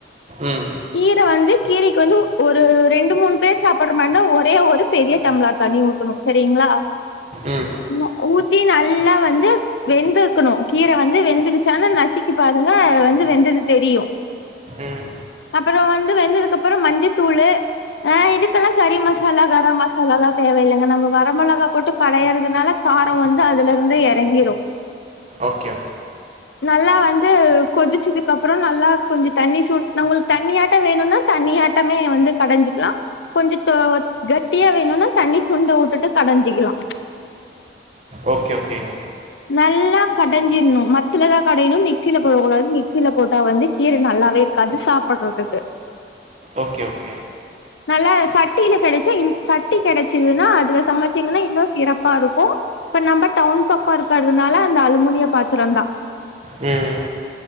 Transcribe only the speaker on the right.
ம்
ம்
ம்
ஓகே ஓகே
ஓக்கே ஓகேங்க
ஓக்கே ஓக்கே
ம்